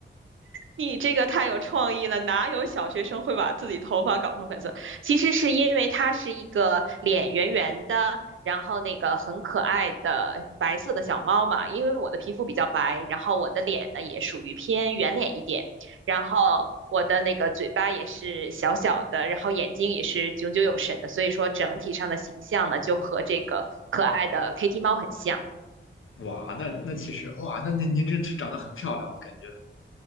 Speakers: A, on the right (about 75°); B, on the left (about 80°).
A: 你这个太有创意了，哪有小学生会把自己头发搞成粉色？其实是因为它是一个脸圆圆的，然后那个很可爱的白色的小猫嘛。因为我的皮肤比较白，然后我的脸呢也属于偏圆脸一点，然后我的那个嘴巴也是小小的，然后眼睛也是炯炯有神的，所以说整体上的形象呢就和这个可爱的 Kitty 猫很像。
B: 哇，那那其实哇，那那您这长得很漂亮，我感觉